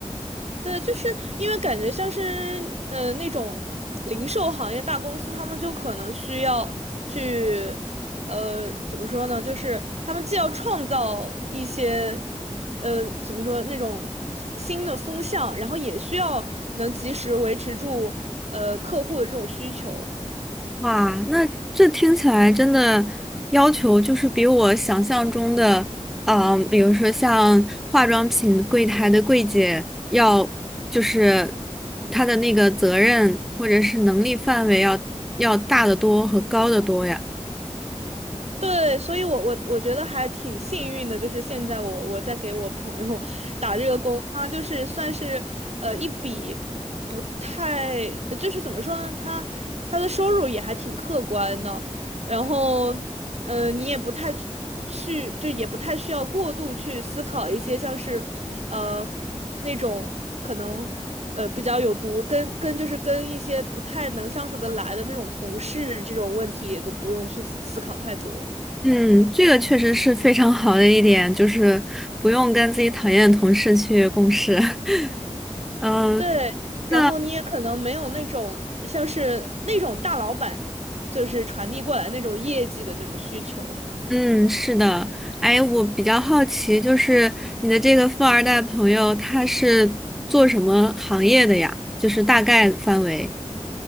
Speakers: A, on the right; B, in the centre.
A: 对，就是因为感觉像是呃那种零售行业大公司，他们就可能需要去呃怎么说呢？就是他们既要创造一些呃怎么说那种新的风向，然后也需要能及时维持住呃客户的这种需求。
B: 哇，那这听起来真的要求就是比我想象中的，啊，比如说像化妆品柜台的柜姐要，就是她的那个责任或者是能力范围要要大得多和高得多呀。
A: 对，所以我我我觉得还挺幸运的，就是现在我我在给我朋友 <laughs> 打这个工，他就是算是呃一笔不太，呃就是怎么说呢，他他的收入也还挺客观的，然后嗯，你也不太去去就也不太需要过度去思考一些像是呃那种可能呃比较有毒，跟跟就是跟一些不太能相处得来的那种同事这种问题也都不用去思思考太多。
B: 嗯，这个确实是非常好的一点，就是不用跟自己讨厌的同事去共事。<laughs> 嗯，
A: 对，
B: 那。
A: 然后你也可能没有那种像是那种大老板就是传递过来那种业绩的那种需求，
B: 嗯，是的，哎，我比较好奇，就是你的这个富二代朋友，他是做什么行业的呀？就是大概范围。